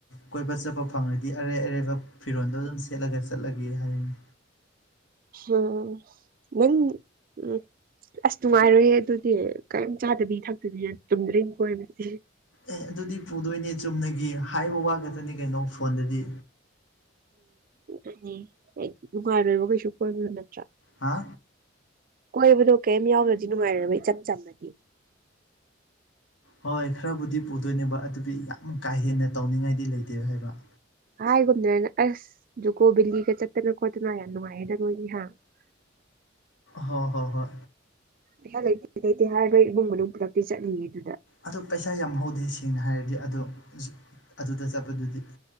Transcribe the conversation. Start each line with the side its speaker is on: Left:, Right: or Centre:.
Left: ꯀꯣꯏꯕ ꯆꯠꯄ ꯐꯪꯂꯉꯗꯤ ꯑꯔꯩ ꯑꯔꯩꯕ ꯐꯤꯔꯣꯟꯜꯗꯣ ꯑꯗꯨꯝ ꯁꯦꯠꯂꯒ ꯆꯠꯂꯒꯦ ꯍꯥꯏꯔꯤꯅꯤ
Right: ꯎꯝ ꯅꯪ ꯎꯝ ꯑꯁ ꯅꯨꯡꯉꯥꯏꯔꯣꯏ ꯑꯗꯨꯗꯤ ꯀꯔꯤꯝ ꯆꯥꯗꯕꯤ ꯊꯥꯛꯇꯕꯤ ꯇꯨꯝꯗ꯭ꯔꯔꯤꯝꯀꯣꯕꯗꯤ
Left: ꯑꯦ ꯑꯗꯨꯗꯤ ꯄꯨꯗꯣꯏꯅꯦ ꯆꯨꯝꯅꯒꯤ ꯍꯥꯏꯕ ꯋꯥ ꯈꯛꯇꯅꯤ ꯀꯩꯅꯣ ꯐꯣꯟꯗꯗꯤ
Right: ꯎꯝꯅꯤ ꯅꯨꯡꯉꯥꯏꯔꯣꯏꯕ ꯀꯩꯁꯨ ꯀꯣꯏꯅꯣ ꯅꯠꯇ꯭ꯔꯥ
Left: ꯍꯥ
Right: ꯀꯣꯏꯕꯅꯣ ꯀꯩꯝ ꯌꯥꯎꯗ꯭ꯔꯗꯤ ꯅꯨꯡꯉꯥꯏꯔꯕ ꯏꯆꯝ ꯆꯝꯅꯗꯤ
Left: ꯍꯣꯏ ꯈꯔꯕꯨꯗꯤ ꯄꯨꯗꯣꯏꯅꯦꯕ ꯑꯗꯨꯗꯤ ꯌꯥꯝ ꯀꯥ ꯍꯦꯟꯅ ꯇꯧꯅꯤꯡꯉꯥꯏꯗꯤ ꯂꯩꯇꯦꯕ ꯍꯥꯏꯕ
Right: ꯍꯥꯏꯒꯨꯝꯗꯅ ꯑꯁ ꯖꯨꯀꯣ ꯕꯤꯦꯂꯤꯒ ꯆꯠꯇꯅ ꯈꯣꯠꯇꯅ ꯌꯥꯝ ꯅꯨꯡꯉꯥꯏꯌꯦꯗ ꯅꯣꯏꯅꯤꯍ <unintelligible>
Left: ꯍꯣꯏ ꯍꯣꯏ ꯍꯣꯏ
Right: ꯄꯩꯁꯥ ꯂꯩꯇꯦ ꯂꯩꯇꯦ ꯍꯥꯏ꯭ꯔ ꯏꯃꯨꯡ ꯃꯅꯨꯡ ꯄꯨꯂꯛꯇꯤ ꯆꯠꯂꯤꯌꯦ ꯑꯗꯨꯗ
Left: ꯑꯗꯣ ꯄꯩꯁꯥ ꯌꯥꯝ ꯍꯧꯗꯦ ꯁꯦꯡꯅ ꯍꯥꯏꯔꯗꯤ ꯑꯗꯣ ꯑꯗꯨꯗ ꯆꯠꯄꯗꯨꯗꯤ